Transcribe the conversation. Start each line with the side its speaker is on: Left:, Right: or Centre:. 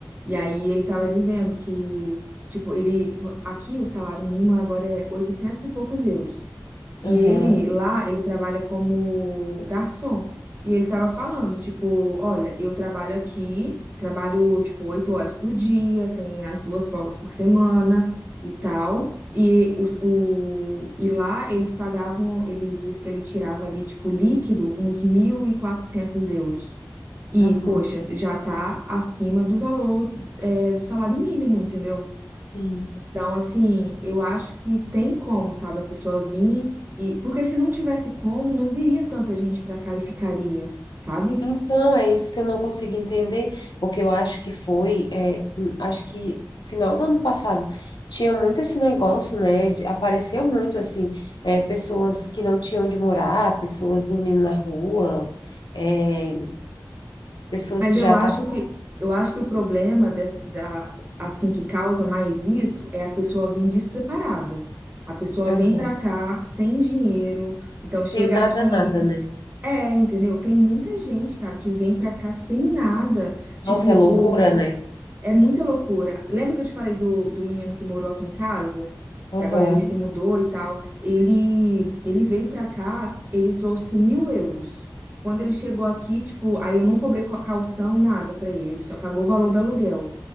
Right: E aí ele tava dizendo que, tipo, ele. Aqui o salário mínimo agora é 800 e poucos euros. E
Left: Aham.
Right: ele lá, ele trabalha como garçom. E ele tava falando, tipo, olha, eu trabalho aqui, trabalho tipo oito horas por dia, tem as duas folgas por semana e tal. E, os, o, e lá eles pagavam, ele disse que ele tirava ali, tipo, líquido, uns 1.400 euros. E,
Left: Aham.
Right: poxa, já tá acima do valor, é, do salário mínimo, entendeu?
Left: Sim.
Right: Então, assim, eu acho que tem como, sabe, a pessoa vir e porque se não tivesse como, não viria tanta gente pra cá e ficaria, sabe?
Left: Então, é isso que eu não consigo entender, porque eu acho que foi, é, hum, acho que final do ano passado tinha muito esse negócio, né? de- Aparecia muito assim, é, pessoas que não tinham onde morar, pessoas dormindo na rua, é, pessoas
Right: Mas
Left: que
Right: eu
Left: já
Right: acho
Left: tá
Right: que eu acho que o problema dessa, da assim que causa mais isso é a pessoa vir despreparada. A pessoa
Left: Aham.
Right: vem pra cá sem dinheiro, então chega
Left: sem nada,
Right: aqui,
Left: nada, né?
Right: é, entendeu? Tem muita gente, cara, que vem pra cá sem nada. Tipo,
Left: Nossa, é loucura, né?
Right: É muita loucura. Lembra que eu te falei do, do menino que morou aqui em casa?
Left: Aham,
Right: Que agora ele se mudou e tal. Ele, ele veio pra cá, ele trouxe mil euros. Quando ele chegou aqui, tipo, aí eu não cobrei co- calção, nada pra ele. Ele só pagou o valor do aluguel.